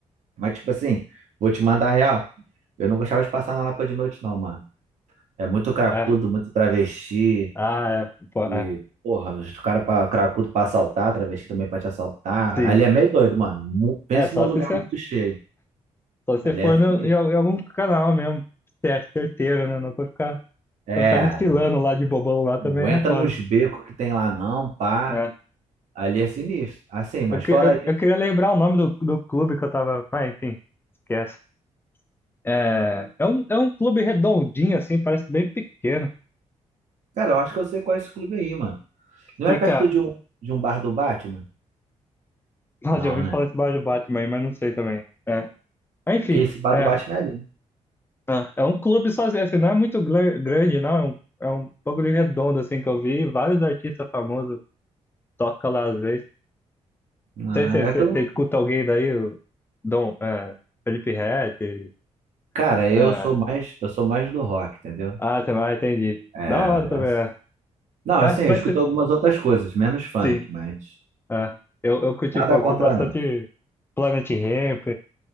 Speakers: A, on the right; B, on the left.
A: Mas, tipo assim, vou te mandar real. Eu não gostava de passar na Lapa de noite, não, mano. É muito cracudo,
B: é.
A: muito travesti.
B: Ah, é. Pô,
A: E,
B: é.
A: porra, os cara pra cracudo pra assaltar, travesti também pra te assaltar.
B: Sim.
A: Ali é meio doido, mano. Mu- Pensa
B: É, só
A: num lugar
B: se você,
A: muito cheio.
B: só se
A: Ali
B: você for
A: é sinistro.
B: no, em, al- em algum canal mesmo. Você é certeiro, né? Não vai ficar,
A: É,
B: vai ficar desfilando
A: não,
B: lá de bobão lá também
A: não entra
B: é foda.
A: nos becos que tem lá, não, pá.
B: É.
A: Ali é sinistro. Assim, mas
B: Eu, que-
A: fora
B: eu,
A: isso,
B: eu queria lembrar o nome do, do clube que eu tava. Ah, enfim, esquece. É, é um, é um clube redondinho, assim, parece bem pequeno.
A: cara, eu acho que eu sei qual é esse clube aí, mano. Não
B: Fica.
A: é perto de um, de um bar do Batman?
B: <laughs> Nossa,
A: Não,
B: já ouvi
A: né?
B: falar esse bar do Batman aí, mas não sei também. É. Mas, Enfim,
A: Porque esse bar
B: é.
A: do Batman é ali.
B: Ah, É um clube sozinho, assim, não é muito gla- grande, não. É um, é um bagulho redondo, assim, que eu vi. Vários artistas famosos tocam lá às vezes.
A: Ah,
B: Não sei se
A: É
B: você
A: que eu
B: se, se escuta alguém daí, o Dom, é, Felipe Ret.
A: Cara, eu
B: É.
A: sou mais, eu sou mais do rock, entendeu?
B: Ah, você vai, entendi.
A: É, é-
B: Da hora também,
A: assim.
B: é.
A: não, assim,
B: É,
A: eu
B: mas
A: escuto
B: se-
A: algumas outras coisas, menos funk,
B: sim,
A: mas
B: é. Eu, eu curti,
A: nada
B: pô, eu
A: contra
B: curto bastante
A: não.
B: Planet Hemp,